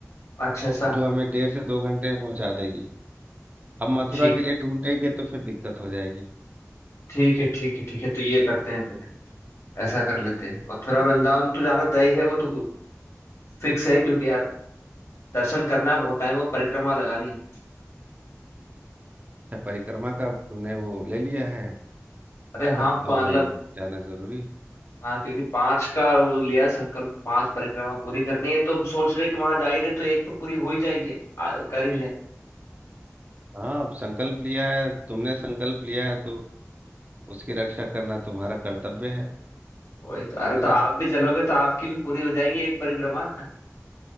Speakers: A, on the left; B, on the right.
A: अच्छा ऐसा
B: जो हमें डेढ़ से दो घंटे में पहुंचा देगी अब मथुरा
A: ठीक
B: के लिए ढूंढेंगे तो फिर दिक्कत हो जाएगी
A: ठीक है ठीक है ठीक है तो ये करते हैं फिर ऐसा कर लेते हैं मथुरा
B: ठीक
A: वृंदावन
B: है
A: तो जाना तय ही है वो तो फिक्स है क्योंकि यार दर्शन करना है बहुत टाइम वो परिक्रमा लगानी है
B: अच्छा परिक्रमा का तुमने वो ले लिया है
A: अरे हाँ
B: तब तो
A: मतलब
B: भाई जाना जरूरी
A: हाँ क्योंकि पांच का वो लिया संकल्प पांच परिक्रमा पूरी करनी है तो अब सोच रहे कि वहां जा ही रहे तो एक तो पूरी हो ही जाएगी आ, कर ही ले
B: हाँ अब संकल्प लिया है तुमने संकल्प लिया है तो उसकी रक्षा करना तुम्हारा कर्तव्य है
A: वही तो अरे तो
B: है ना
A: आप भी चलोगे तो आपकी भी पूरी हो जाएगी एक परिक्रमा